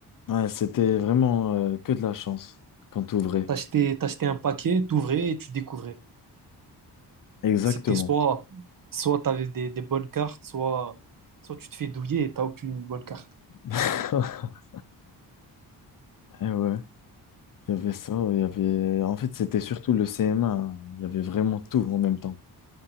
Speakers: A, on the left; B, on the right.
A: Ouais, c'était vraiment euh, que de la chance quand t'ouvrais.
B: T'achetais, t'achetais un paquet, t'ouvrais et tu découvrais.
A: Exactement.
B: C'était soit, soit tu avais des, des bonnes cartes, soit, soit tu te fais douiller et t'as aucune bonne carte.
A: <laughs> Et ouais, il y avait ça, il y avait... En fait, c'était surtout le CM1. hein. Il y avait vraiment tout en même temps.